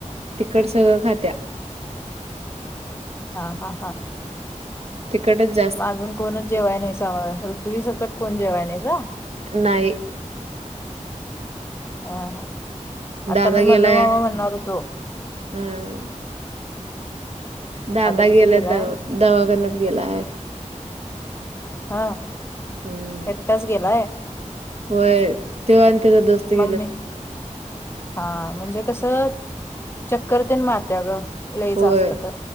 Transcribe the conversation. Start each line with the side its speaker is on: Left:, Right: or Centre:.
Right: तिखट सगळं खात्या.
Left: हा हा हा.
Right: तिखटच जा
Left: अजून कोणच जेवाय नाही सामग ऋतवी सकट कोन जेवाय नाहीसा.
Right: नाही.
Left: हा हा. आता
Right: दादा
Left: मी
Right: गेलाय
Left: मल्लूमामा म्हणणार होतो.
Right: अ दादा
Left: कुठे
Right: गेल्यात
Left: गेलाय
Right: द दवाखान्यात गेलाय.
Left: हा
Right: हम्म
Left: एकटाच गेलाय.
Right: होय तो आणि त्याचा दोस्त गेल्यात
Left: मम्मी हा म्हणजे कसं चक्कर तेन मारत्या ग. लईच
Right: होय
Left: असलं तर